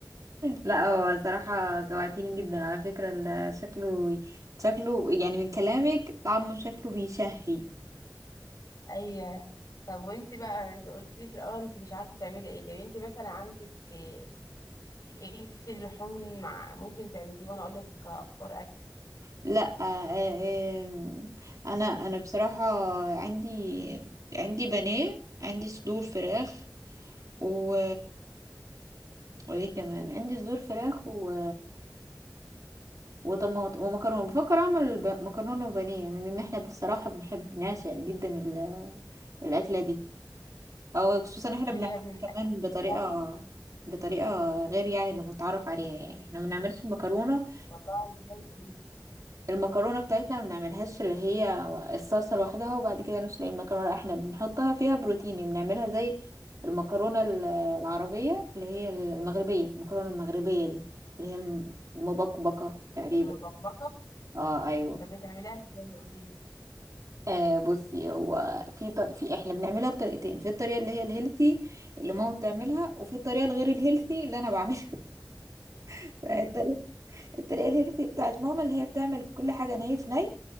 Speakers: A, on the right (about 50°); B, on the left (about 50°).
A: لا هو صراحة جوعتيني جدا على فكرة ال- شكله شكله يعني من كلامك طعمه شكله بيشهي
B: أي طب وانتي بقى انت قلتي في الأول انت مش عارفة تعملي ايه طب انتي مثلا عندك ايه إيه في اللحوم مع ممكن تعمليه وأنا أقولك أفكار أكل
A: لا آه، آه، آم، انا انا بصراحة عندي عندي بانيه عندي صدور فراخ و وايه كمان عندي صدور فراخ و... وطماطم ومكرونه بفكر اعمل ب... مكرونه وبانيه يعني لان احنا بصراحه بنحب نعشق جدا ال... الاكله دي او خصوصا احنا
B: هي
A: بنعملها
B: من
A: كمان
B: أكل
A: بطريقه
B: سهلة
A: بطريقه غير يعني اللي متعارف عليها يعني احنا ما بنعملش المكرونه
B: والله ازاي قوليلي
A: المكرونة بتاعتنا ما بنعملهاش اللي هي الصلصة لوحدها وبعد كده نسلق المكرونة لا، احنا بنحطها فيها بروتين يعني بنعملها زي المكرونة ال- العربية اللي هي المغربية المكرونة المغربية دي اللي هي المبكبكة تقريبا
B: المبكبكة
A: اه ايوه
B: طب بتعمليها ازاي
A: آه بصي هو في ط... في احنا بنعملها بطريقتين في الطريقة اللي هي الهيلثي اللي ماما بتعملها وفي الطريقة الغير الهيلثي اللي انا بعملها <laughs> الطريقة الهيلثي بتاعت ماما اللي هي بتعمل كل حاجة ني في ني